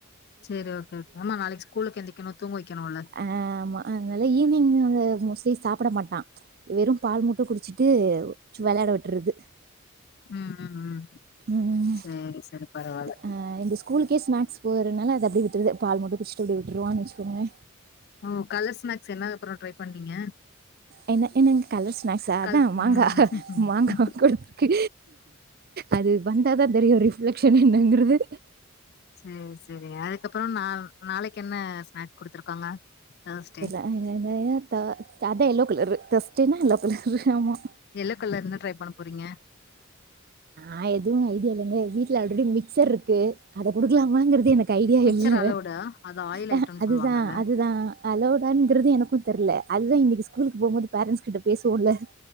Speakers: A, on the left (about 50°); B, on the right (about 50°).
A: சரி ஓகே ஓகே ஆமா நாளைக்கு ஸ்கூலுக்கு எந்திக்கணு தூங்க வைக்கணு இல்ல
B: ஆ ஆம அதனால ஈவ்னிங் அந்த மோஸ்ட்லி சாப்ட மாட்டா வெறு பால் மட்டு குடிச்சிட்டு வெளையாட விட்டுறது
A: ம் ம் ம்
B: ம்
A: செரி செரி பரவால்ல
B: அ இந்த ஸ்கூலுகே ஸ்னாக்ஸ் போறனால அத அப்டியே விட்டுறது பால் மட்டு குடிச்சிட்டு அப்டி விட்டுருவான் வச்சுசுோங்ள
A: ஓ கால்ல ஸ்நாக்ஸ் என்ன அப்றோ ட்ரை பண்ணீங்க
B: என்ன என்னங்க கலர்ஸ் ஸ்நாக்ஸ்ஸ அதா
A: கல்
B: மாங்கா
A: ம்
B: மாங்கா
A: ம்
B: குடுத்துற்கு அது வந்தாதா தெரியு ரிஃப்ளெக்ஷன் என்னங்கறது
A: சேரி சேரி அதுக்கப்புற நா நாளைக்கு என்ன ஸ்நாக்ஸ் குடுத்துருக்காங்க தேர்ஸ்டே
B: <unintelligible> அதா எல்லோ கலர் தேஸ்டன்னா எல்லோ கலர் ஆமா
A: எல்லோ கலர் என்ன ட்ரை பண்ண போறீங்க
B: ஆ எதுவு ஐடியா இல்லைங்க வீட்ல ஆல்ரெடி மிக்சர் இருக்கு அத கொடுக்கலாமாங்கறது எனக்கு ஐடியா
A: மிக்சர்
B: இல்ல
A: அலோடா அது ஆயில்
B: ஆ
A: ஐட்டம்னு
B: அதுதா
A: சொல்லுவாங்கல்ல
B: அதுதா அலௌடாங்கிறது எனக்கு தெரில அதுதா இன்னைக்கு ஸ்கூலுக்கு போம்போது பேரண்ட்ஸ் கிட்ட பேசுவோம்ல